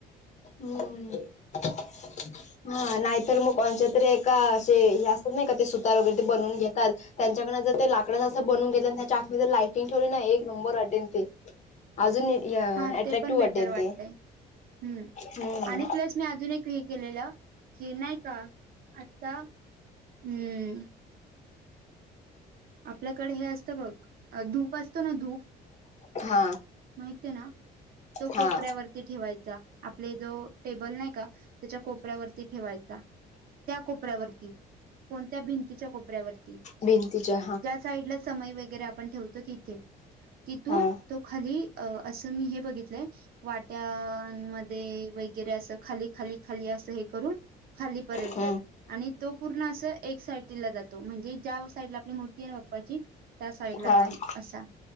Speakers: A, on the left; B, on the right.
A: हम्मम् हा नाहीतर मग कोणच्या तरी एका असे हे असतात नाही का ते सुतार वैगेरे ते बनवून घेताल. त्यांच्याकडनं जर ते लाकडच असं बनवून घेतलं त्याच्या आत मधी लायटिंग ठेवली ना एक नंबर वाटेन ते. अजून य
B: हा
A: अट्रॅक्टिव्ह
B: ते पण बेटर
A: वाटेन
B: वाटतय
A: ते
B: हम्म
A: हम्म
B: आणि प्लस मी अजून एक हे केलेलं की नाही का आता हम्. आपल्याकडे हे असतं बघ धूप असतो ना धूप
A: हा
B: माहिती आहे ना तो कोपऱ्यावर
A: हा
B: ठेवायचा आपले जो टेबल नाही का त्याच्या कोपऱ्यावरती ठेवायचा. त्या कोपऱ्यावरती, कोणत्या भिंतीच्या कोपऱ्यावरती?
A: भिंतच्या
B: साइडला समई वैगेरे आपण ठेवतो तिथे, तिथून
A: हा
B: तो खाली असं मी हे बघितलंय वाट्यान मध्ये वगैरे अस खाली खाली खाली असं हे करून खालीपर्यंत
A: हा
B: आणि तो पूर्ण अस एक साइडला जातो म्हणजे ज्या साईडला आपली मु बाप्पा ची त्या साईडला
A: हा
B: जाईन असा